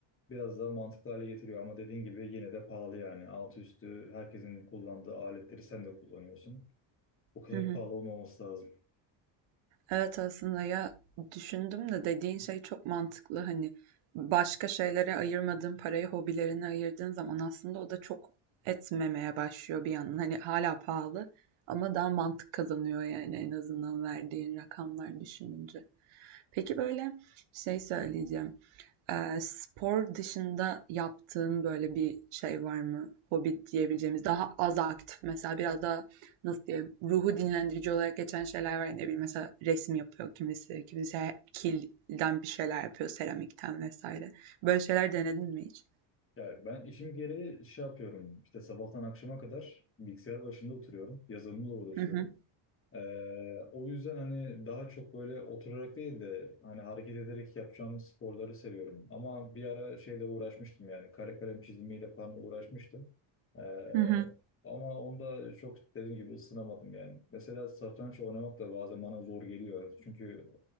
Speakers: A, on the left; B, on the right.
A: biraz daha mantıklı hale getiriyor. Ama dediğin gibi yine de pahalı yani. Altı üstü herkesin kullandığı aletleri sen de kullanıyorsun. O kadar
B: hı hı.
A: pahalı olmaması lazım.
B: Evet aslında ya düşündüm de dediğin şey çok mantıklı. Hani başka şeylere ayırmadığın parayı hobilerine ayırdığın zaman aslında o da çok etmemeye başlıyor bir yandan. Hani hala pahalı ama daha mantık kazanıyor yani en azından verdiğin rakamlar düşününce. Peki böyle şey söyleyeceğim. Eee, spor dışında yaptığın böyle bir şey var mı? Hobi diyebileceğimiz, daha az aktif mesela biraz daha nasıl diyeyim, ruhu dinlendirici olarak geçen şeyler var. ya, Ne bileyim mesela resim yapıyor kimisi, kimisi kilden bir şeyler yapıyor, seramikten vesaire. Böyle şeyler denedin mi hiç?
A: Yani ben işim gereği şey yapıyorum. İşte sabahtan akşama kadar bilgisayar başında oturuyorum. Yazılımla uğraşıyorum.
B: Hı hı,
A: Ee, o yüzden hani daha çok böyle oturarak değil de hani hareket ederek yapacağım sporları seviyorum. Ama bir ara şeyle uğraşmıştım yani kare kalem çizimiyle falan uğraşmıştım. Ee,
B: hı hı,
A: ama onda çok dediğim gibi ısınamadım yani. Mesela satranç oynamak da bazen bana zor geliyor. Çünkü